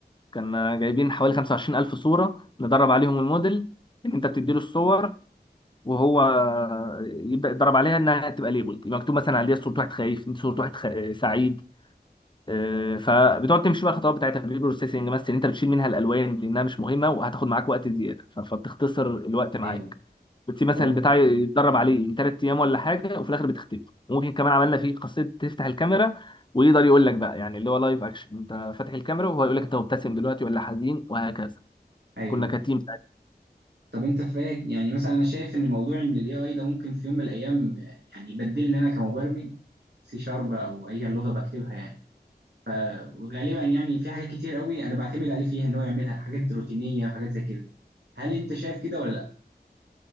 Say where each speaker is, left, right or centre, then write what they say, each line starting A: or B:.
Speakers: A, on the left (about 25°); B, on the right (about 80°).
A: كان جايبين حوالي 25000 صوره ندرب عليهم الموديل ان انت بتديله الصور وهو يبدا يضرب عليها انها تبقى ليبل يبقى مكتوب مثلا عليها صوره واحد خايف صوره واحد خ... سعيد آه، فبتقعد تمشي بقى الخطوات بتاعتها بالبيبر بروسيسنج مثلا إن انت بتشيل منها الالوان لانها مش مهمه وهتاخد معاك وقت زياده ف- فبتختصر الوقت معاك
B: ايوه
A: بتسيب مثلا
B: او
A: البتاع يتدرب عليه ثلاث ايام ولا حاجه وفي الاخر بتختفي وممكن كمان عملنا فيه خاصيه تفتح الكاميرا ويقدر يقول لك بقى يعني اللي هو لايف اكشن انت فاتح الكاميرا وهو يقول لك انت مبتسم دلوقتي ولا حزين وهكذا
B: ايوه
A: كنا كتيم
B: طب انت فاك يعني مثلا انا شايف ان موضوع ان الاي اي ده ممكن في يوم من الايام يعني يبدلني انا كمبرمج سي شارب او اي لغه بكتبها يعني فغالبا يعني في حاجات كتير قوي انا بعتمد عليه فيها ان هو يعملها حاجات روتينيه وحاجات زي كده هل انت شايف كده ولا لا